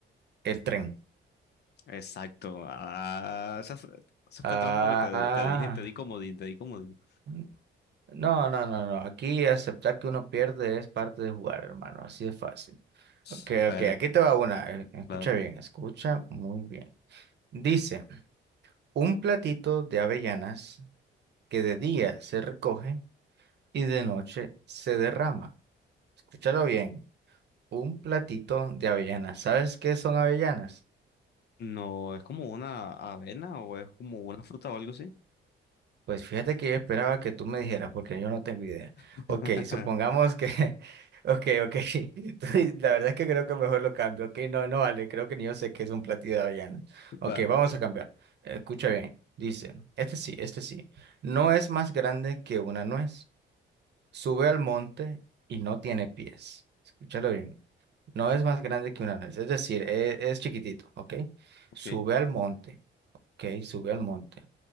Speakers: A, on the right (about 60°); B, on the left (about 55°).
A: el tren.
B: exacto. Ah, esa, fue esa fue
A: Ah,
B: trampa porque te, te dije, te di comodín, te di comodín.
A: n- no, no, no, no. Aquí aceptar que uno pierde es parte de jugar, hermano. Así de fácil.
B: <laughs>
A: Ok,
B: A
A: ok,
B: ver,
A: aquí te va una. eh, Escucha
B: va.
A: bien, escucha muy bien. Dice, un platito de avellanas que de día se recoge y de noche se derrama. Escúchalo bien, un platito de avellanas. ¿Sabes qué son avellanas?
B: No, es como una avena o es como una fruta o algo así.
A: Pues fíjate que yo esperaba que tú me dijeras porque yo no tengo idea.
B: <laughs>
A: Ok, supongamos que... <laughs> Ok, ok. <laughs> Entonces, La verdad es que creo que mejor lo cambio. Ok, no, no vale. Creo que ni yo sé qué es un platito de avellanas.
B: Va,
A: Ok, vamos a cambiar. Escucha bien. Dice, este sí, este sí. No es más grande que una nuez Sube al monte y no tiene pies. Escúchalo bien. No es más grande que una nuez, es decir, e- es, chiquitito, ¿ok?
B: ok.
A: Sube al monte, ¿ok? Sube al monte